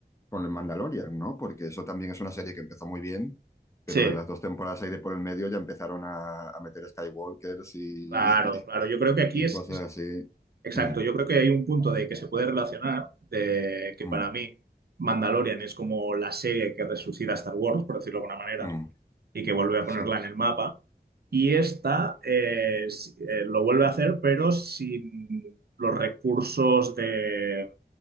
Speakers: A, on the left; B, on the right.
A: con el Mandalorian, ¿no? Porque eso también es una serie que empezó muy bien, pero
B: Sí.
A: en las dos temporadas ahí de por el medio ya empezaron a, a meter Skywalkers y,
B: Claro, claro, yo creo que aquí
A: y
B: es,
A: cosas
B: es
A: así.
B: Exacto,
A: Mm,
B: yo creo que hay un punto de que se puede relacionar, de que
A: mm,
B: para mí Mandalorian es como la serie que resucita a Star Wars, por decirlo de alguna manera,
A: mm,
B: y que vuelve a
A: sí.
B: ponerla en el mapa. Y esta eh, s- eh, lo vuelve a hacer, pero sin los recursos de,